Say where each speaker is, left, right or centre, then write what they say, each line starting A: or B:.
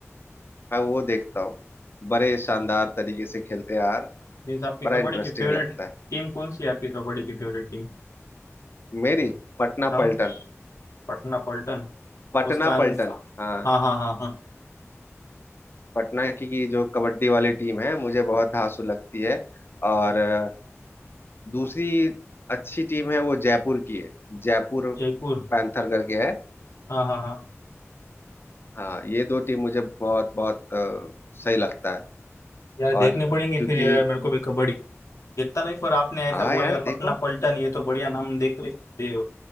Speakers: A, on the left; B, on the left.
A: मैं वो देखता हूँ बड़े शानदार तरीके से खेलते हैं यार
B: मीन्स आपकी
A: बड़ा
B: कबड्डी
A: इंटरेस्टिंग
B: की फेवरेट
A: लगता
B: टीम
A: है
B: कौन सी है आपकी कबड्डी की फेवरेट टीम
A: मेरी पटना
B: हाँ
A: पलटन
B: पटना पलटन
A: पटना
B: उसका आंसर
A: पलटन हाँ
B: हाँ हाँ हाँ हाँ
A: पटना की की जो कबड्डी वाली टीम है मुझे बहुत धांसू लगती है और अ, दूसरी अच्छी टीम है वो जयपुर की है जयपुर
B: जयपुर
A: पैंथर करके है
B: हाँ हाँ हाँ
A: हाँ ये दो टीम मुझे बहुत बहुत अ, सही लगता है
B: यार देखनी
A: और
B: पड़ेंगी
A: क्योंकि
B: फिर यार मेरे को भी कबड्डी देखता नहीं पर आपने ऐसा
A: हाँ
B: बोले
A: यार देखो
B: पटना पलटन ये तो बढ़िया नाम देख ले दे-